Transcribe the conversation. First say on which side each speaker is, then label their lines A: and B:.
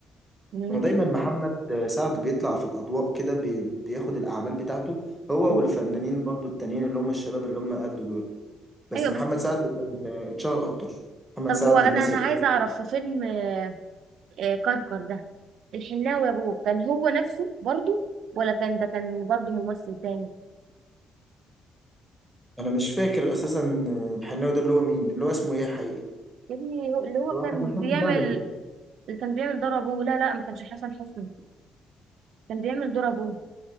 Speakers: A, on the right; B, in the centre.
A: انه نجح
B: ودايما محمد آه، سعد بيطلع في الأضواء كده بي- بياخد الأعمال بتاعته هو
A: مم.
B: والفنانين برضو التانيين اللي هم الشباب اللي هم قدوا دول بس
A: ايوه
B: محمد
A: بس
B: سعد كان آه، اتشهر أكتر محمد
A: طب
B: سعد
A: هو انا
B: الناس
A: انا
B: ركزت
A: عايزه اعرف في فيلم آه، آه، كركر ده الحناوي يا ابوه كان هو نفسه برضه ولا كان ده كان برضه ممثل تاني
B: أنا مش فاكر أساسا آه، الحناوي ده اللي هو مين اللي هو اسمه إيه حقيقي
A: يا ابني هو- اللي هو
B: اللي
A: كان
B: هو حسن حسني
A: بيعمل
B: ده ولا مين؟
A: اللي كان بيعمل دور ابوه لا لا ما كانش حسن حسني كان بيعمل دور ابوه